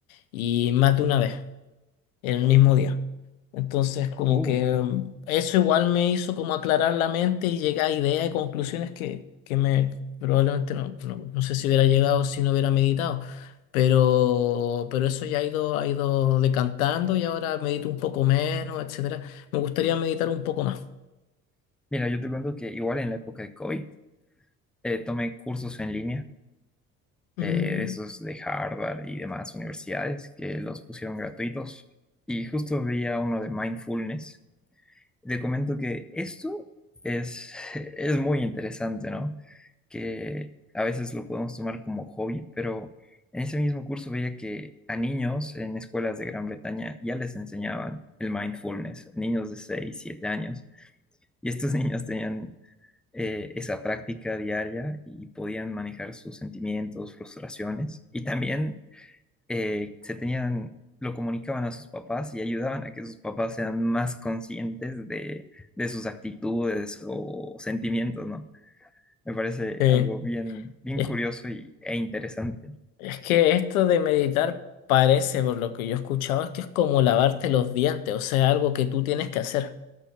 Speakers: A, on the left; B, in the centre.
A: y más de una vez en el mismo día. Entonces, como
B: Uh,
A: que mm, eso igual me hizo como aclarar la mente y llegar a ideas y conclusiones que, que me probablemente no, no, no sé si hubiera llegado si no hubiera meditado. Pero, pero eso ya ha ido, ha ido decantando y ahora medito un poco menos, etcétera. Me gustaría meditar un poco más.
B: mira, yo te cuento que igual en la época de COVID eh, tomé cursos en línea,
A: Mm,
B: eh, esos de Harvard y demás universidades que los pusieron gratuitos y justo veía uno de mindfulness. Te comento que esto es, <laughs> es muy interesante, ¿no? que a veces lo podemos tomar como hobby, pero en ese mismo curso veía que a niños en escuelas de Gran Bretaña ya les enseñaban el mindfulness, niños de 6 7 años, y estos <laughs> niños tenían eh, esa práctica diaria y podían manejar sus sentimientos, frustraciones, y también eh, se tenían... lo comunicaban a sus papás y ayudaban a que sus papás sean más conscientes de, de sus actitudes o sentimientos, ¿no? Me parece
A: Eh,
B: algo bien, bien
A: es,
B: curioso y, e interesante.
A: es que esto de meditar parece, por lo que yo he escuchado, es que es como lavarte los dientes, o sea, algo que tú tienes que hacer.